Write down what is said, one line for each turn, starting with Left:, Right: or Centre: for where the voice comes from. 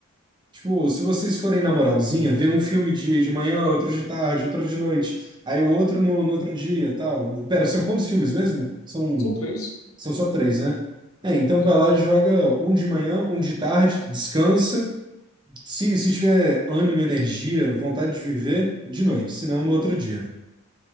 Right: Tipo, se vocês forem na moralzinha, ver um filme de, de manhã, outro de tarde, outro de noite, aí o outro no, no outro dia, tal. Pera, são quantos filmes mesmo? São.
Left: São três,
Right: São só três, né? É, então
Left: né?
Right: vai lá, joga um de manhã, um de tarde, descansa. Se, se tiver ânimo, energia, vontade de viver, de noite, senão no outro dia.